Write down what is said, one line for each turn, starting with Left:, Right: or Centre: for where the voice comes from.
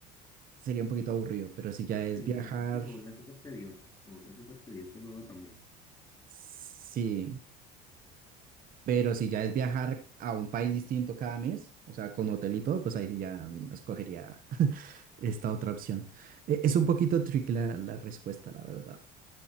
Right: sería un poquito aburrido, pero si ya
Left: Sí,
Right: es viajar,
Left: claro. Y se vuelve súper tedioso, se vuelve súper tedioso luego también.
Right: sí. Pero si ya es viajar a un país distinto cada mes, o sea, con hotel y todo, pues ahí sí ya mm, escogería <laughs> esta otra opción. E- Es un poquito tricky la, la respuesta, la verdad.